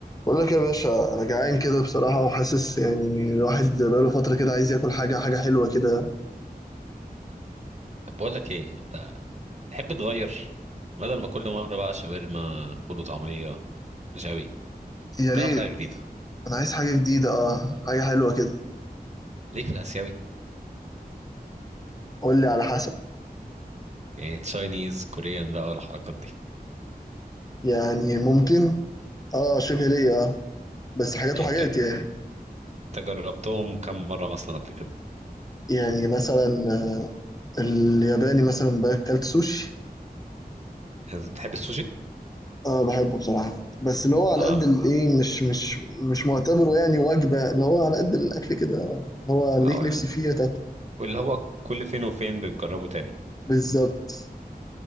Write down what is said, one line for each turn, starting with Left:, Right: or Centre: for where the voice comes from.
Left: بقول لك يا باشا انا جعان كده بصراحه وحاسس يعني الواحد بقاله فتره كده عايز ياكل حاجه حاجه حلوه كده
Right: طب بقول لك ايه انت تحب تغير بدل ما كل مره بقى شاورما فول وطعميه رشاوي
Left: يا ريت
Right: جرب حاجه جديده
Left: انا عايز حاجه جديده اه حاجه حلوه كده
Right: ليك في الاسيوي
Left: قول لي على حسب
Right: يعني تشاينيز كوريان بقى والحركات دي
Left: يعني ممكن اه شبه ليا اه بس حاجات
Right: يعني
Left: وحاجات
Right: انت
Left: يعني
Right: انت جربتهم كم مره مثلا قبل كده
Left: يعني مثلا آه، الياباني مثلا باكلت سوشي
Right: انت بتحب السوشي
Left: اه بحبه بصراحه بس اللي هو على
Right: على العام
Left: قد الايه مش مش مش معتبره يعني وجبه اللي هو على قد الاكل كده اللي هو ليك
Right: او ال-
Left: نفسي فيه تاكل
Right: واللي هو كل فين وفين بتجربه تاني
Left: بالظبط